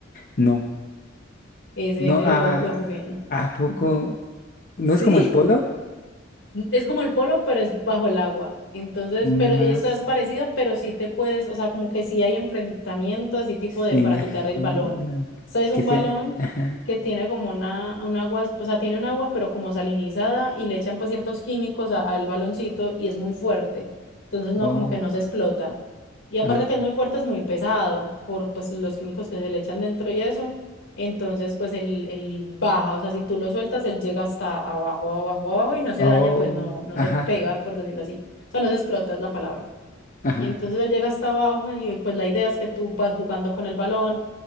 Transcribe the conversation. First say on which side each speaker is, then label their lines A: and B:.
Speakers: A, on the left; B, on the left.
A: No,
B: Ese,
A: no,
B: ese
A: a,
B: lo, lo jugué.
A: a poco,
B: <laughs>
A: no
B: Sí.
A: es como el polo,
B: Es como el polo, pero es bajo el agua. Entonces,
A: más
B: pero eso es parecido, pero sí te puedes, o sea, como que sí hay enfrentamientos así tipo de
A: me
B: para
A: imagino
B: quitar el balón. O sea, es un
A: que sea,
B: balón
A: ajá,
B: que tiene como una, un agua, o sea, tiene un agua, pero como salinizada y le echan pues ciertos químicos a- al baloncito y es muy fuerte. Entonces, no,
A: oh,
B: como que no se explota. Y aparte
A: ah,
B: que es muy fuerte, es muy pesado por pues, los químicos que se le echan dentro y eso. Entonces, pues él, él baja, o sea, si tú lo sueltas, él llega hasta abajo, abajo, abajo y no se
A: oh,
B: daña, pues no, no
A: ajá,
B: se pega, por decirlo así. O sea, no se explota, es la palabra.
A: ajá,
B: Y entonces él llega hasta abajo y pues la idea es que tú vas jugando con el balón